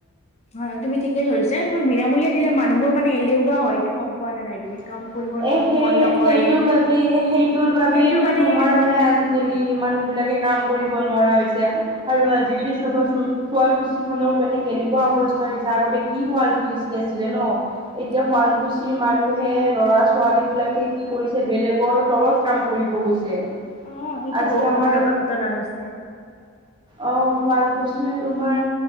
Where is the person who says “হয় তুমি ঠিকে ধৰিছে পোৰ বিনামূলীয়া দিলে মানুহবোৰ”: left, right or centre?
Left